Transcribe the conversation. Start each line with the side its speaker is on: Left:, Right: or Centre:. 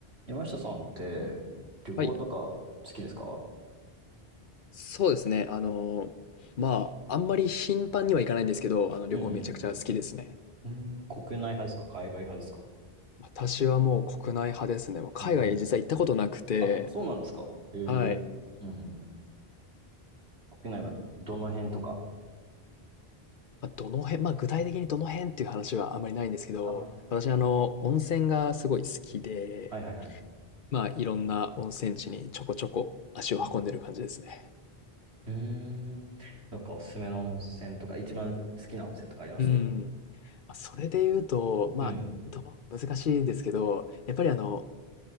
Right: 山下さんって旅行とか好きですか
Left: はい。そうですね。あの、まあ、あんまり頻繁には行かないんですけど、あの、旅行めちゃくちゃ好きですね。
Right: うんうんうん。うん国内派ですか海外派ですか
Left: 私はもう国内派ですね。もう海外実際行ったことなくて、
Right: 国内派。あ、そうなんですか。へえ。うんうん。
Left: はい。
Right: 国内はどの辺とか。
Left: まあ、どの辺、まあ、具体的にどの辺っていう話はあんまりないんですけど、
Right: あんまり。
Left: 私、あの、温泉がすごい好きで、
Right: はいはいはい。
Left: まあ、いろんな温泉地にちょこちょこ足を運んでる感じですね。
Right: うん。うーん。どっかおすすめの温泉とか、一番好きな温泉とかあります
Left: うん。まあそれで言うと、まあ、
Right: うん。
Left: どう難しいんですけど、やっぱりあの、